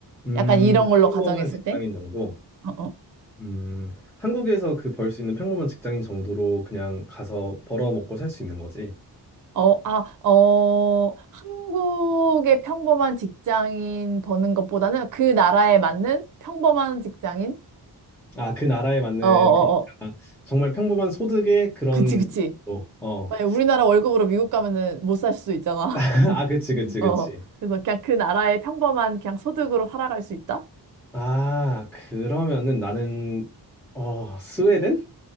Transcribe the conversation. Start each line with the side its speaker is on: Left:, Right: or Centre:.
Centre: 음,
Right: 약간 이런 걸로
Centre: 평범한
Right: 가정했을
Centre: 직장인
Right: 때?
Centre: 정도.
Right: 어, 어.
Centre: 음, 한국에서 그 벌 수 있는 평범한 직장인 정도로 그냥 가서 벌어 먹고 살 수 있는 거지.
Right: 어, 아, 어, 한국의 평범한 직장인 버는 것보다는 그 나라에 맞는 평범한 직장인?
Centre: 아, 그 나라에 맞는
Right: 어, 어, 어,
Centre: 그러니까
Right: 어.
Centre: 정말 평범한 소득의 그런
Right: 그치, 그치.
Centre: 어, 어.
Right: 만약 우리나라 월급으로 미국 가면은 못 살 수도 있잖아.
Centre: <laughs> 아, 그치, 그치,
Right: <laughs> 어.
Centre: 그치.
Right: 그래서 그냥 그 나라의 평범한 그냥 소득으로 살아갈 수 있다?
Centre: 아, 그러면은 나는 어, 스웨덴?